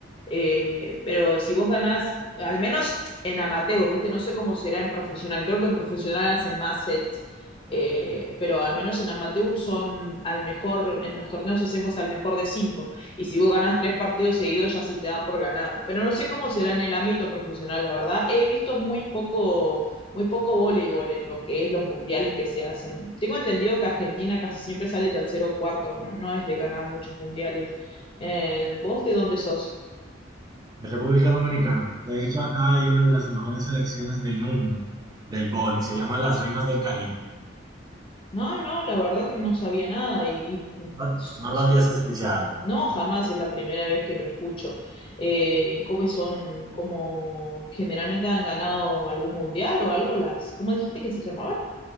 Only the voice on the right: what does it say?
De República Dominicana. De hecho, acá hay una de las mejores selecciones del mundo del boli. Se llaman las Reinas del Caribe.
No,
no lo
habías escuchado.